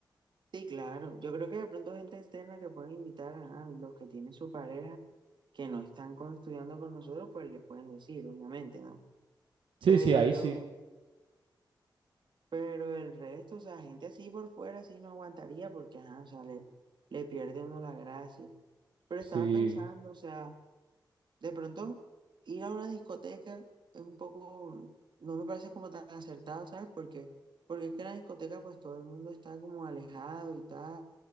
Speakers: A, on the right; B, on the right.
A: Sí, claro, yo creo que de pronto gente externa que pueden invitar, ajá, los que tienen su pareja que no están con- estudiando con nosotros, pues le pueden decir, obviamente, ¿no?
B: Sí,
A: Pero...
B: sí, ahí sí.
A: Pero el resto, o sea, gente así por fuera, así no aguantaría porque, ajá, o sea, le, le pierde uno la gracia. Pero
B: Sí,
A: estaba pensando, o sea, de pronto ir a una discoteca es un poco, no me parece como tan acertado, ¿sabes? Porque, porque es que en la discoteca pues todo el mundo está como alejado y tal,